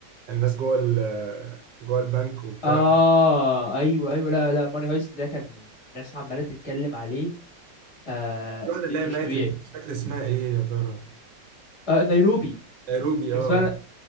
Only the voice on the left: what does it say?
اه ايوه ايوه لا لا ماني هايست ده كان ناس عماله تتكلم عليه آه
م-
مش
طبيعي
آه نيروبي
كان
اسمها